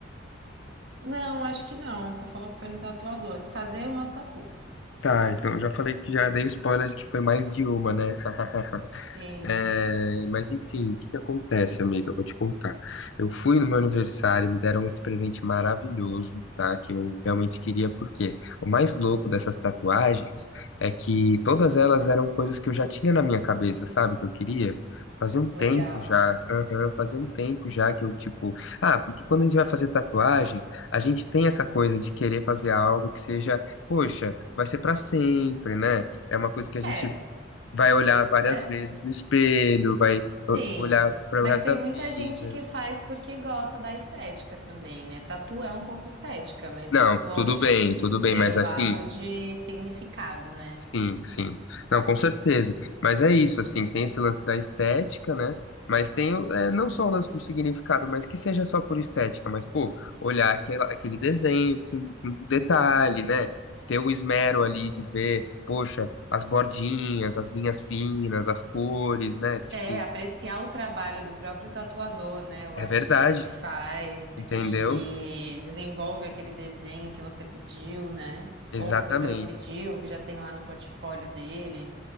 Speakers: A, on the right; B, on the left.
A: Não, acho que não. Você falou que foi no tatuador. Fazer umas tatus.
B: Tá, então eu já falei que já dei o spoiler de que foi mais de uma, né? <laughs>
A: Sim,
B: É, mas enfim, o que que acontece, amiga? Eu vou te contar. Eu fui no meu aniversário, me deram esse presente maravilhoso, tá? Que eu realmente queria, porque o mais louco dessas tatuagens é que todas elas eram coisas que eu já tinha na minha cabeça, sabe? Que eu queria. Fazia um tempo
A: legal.
B: já, aham, fazia um tempo já que eu, tipo, ah, porque quando a gente vai fazer tatuagem, a gente tem essa coisa de querer fazer algo que seja, poxa, vai ser pra sempre, né? É uma coisa que a gente
A: É,
B: vai olhar várias
A: mas
B: vezes no espelho, vai o-
A: Sim,
B: olhar para
A: mas
B: o resto
A: tem
B: da vida.
A: muita gente que faz porque gosta da estética também, né? Tatu é um pouco estética, mas
B: Não,
A: lógico
B: tudo bem,
A: que
B: tudo bem,
A: tem
B: mas
A: o lado
B: assim,
A: de significado, né?
B: sim, sim. Não, com certeza. Mas é isso, assim, tem esse lance da estética, né? Mas tem o- é, não só o lance do significado, mas que seja só por estética, mas, pô, olhar aquela, aquele desenho com, com detalhe, né? Ter o esmero ali de ver, poxa, as bordinhas, as linhas finas, as cores, né? Tipo,
A: É, apreciar o trabalho do próprio tatuador, né? O
B: é
A: artista
B: verdade,
A: que faz e
B: entendeu?
A: que, que desenvolve aquele desenho que você pediu, né?
B: Exatamente.
A: Ou que você não pediu, que já tem lá no portfólio dele.